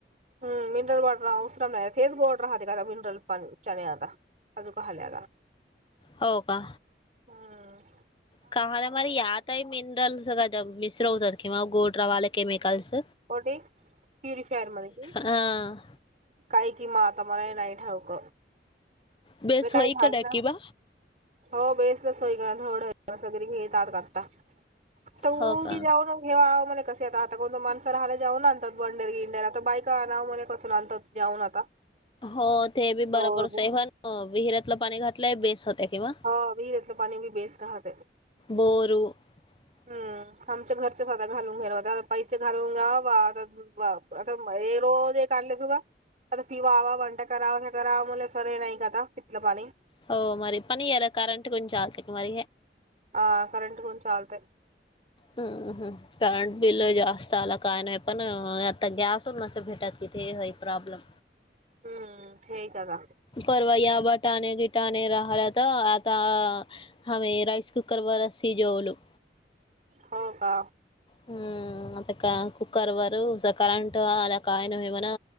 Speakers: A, on the right (about 40°); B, on the left (about 25°).
A: हम् म मिनरल वाटर अवसरम नाही तेच बॉडर राहते का मनरल च आता अज काल्याला
B: हो का
A: हम्म
B: काहाला मर याताही म मिनरलस कदा मिश्र होतात किंवा गोड रवाला क केमिकलस
A: होटे प्युरिफायर मध्ये क
B: ह
A: काही किमा आता मला नाही ठावक
B: बेस
A: काय
B: होई
A: झाल
B: का नक्की
A: ना
B: बा
A: हो बेस सोयकर ड वगैरे घेतात आता तर उगी
B: हो का
A: जाऊ ना घेवा मला कसं आता कोणत माणस रायला जाऊन आणतात बंडेरि इंडेर आ तर बाका नाव मणे कसून आणतात जाऊन आता
B: हो ते बी
A: रोज
B: बरोबरच आहे पण विहिर्यातलं पाणी घातलंय बेस होत्या किंवा
A: हो विहीरतलं पाणी बी बेस्ट राहते
B: बोरो ह
A: हम्म आमच्या घरच्या साधा घालून घेणारता पैसे घालून घ्या बा आता आता रोज काढ आता पिवावाण करा करावा म सर हे नाही का आता तिथलं पाणी
B: होओ मर पणी येला करंट कोण जा आस्तिक मार
A: ह करंट कोण आचालताय
B: हम्मम हम्म करंट बिल जास्त आला काय नाही पण आता गॅस मसे भेटात किथ ह प्रॉब्लेम
A: हम्म ठी का का
B: परवया बटाणे गिटाणे राहल्या तर आता हम राईस कुकरवर र सीजवलो
A: हो का
B: हम्म आता का ककरर् वर करंट अला कायन एमना